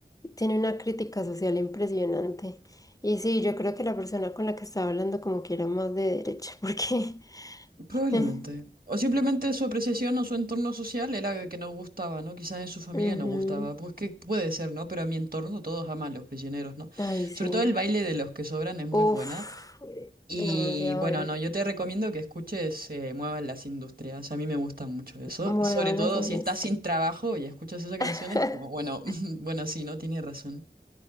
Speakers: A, on the left; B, on the right.
A: tiene una crítica social impresionante. Y sí, yo creo que la persona con la que estaba hablando como que era más de derecha, porque...
B: Probablemente.
A: <laughs>
B: O simplemente su apreciación o su entorno social era que no gustaba, ¿no? Quizás en su familia
A: Ujú.
B: no gustaba. Pues que puede ser, ¿no? Pero en mi entorno todos aman los prisioneros, ¿no?
A: Ay, sí.
B: Sobre todo el baile de los que sobran es muy
A: Uf,
B: buena. Y
A: demasiado
B: bueno,
A: buena.
B: no, yo te recomiendo que escuches eh, Muevan las Industrias. A mí me gusta mucho eso.
A: Muevan
B: Sobre todo
A: las industrias.
B: si estás sin trabajo y escuchas esa canción,
A: <laughs>
B: es como, bueno, <laughs> bueno, sí, no tiene razón.